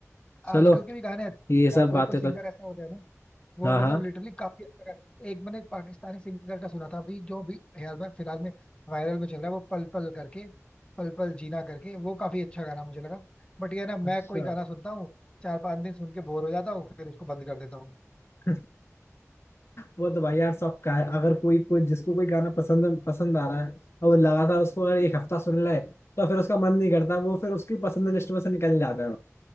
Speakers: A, on the left (about 50°); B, on the left (about 20°).
A: चलो
B: आजकल के भी गाने अच्छे हैं
A: ये सब
B: यार कोई
A: बातें
B: कोई सिंगर
A: तो
B: ऐसे होते हैं ना वो
A: हाँ
B: मतलब
A: हाँ
B: लिटरली काफी अच्छा गा- एक मैंने पाकिस्तानी सिंगर का सुना था अभी जो अभी हाल में फिलहाल में वायरल में चल रहा है वो पल पल करके पल पल जीना करके वो काफी अच्छा गाना मुझे लगा बट ये ना मैं
A: अच्छा
B: कोई गाना सुनता हूँ चार पांच दिन सुन के बोर हो जाता हूँ फिर उसको बंद कर देता हूँ
A: <laughs> वो तो भाई यार सब का है। अगर कोई कोई जिसको कोई गाना पसंद पसंद आ रहा है और वो लगातार उसको अगर एक हफ्ता सुन ले तो फिर उसका मन नहीं करता वो फिर उसकी पसंद लिस्ट में से निकल जाता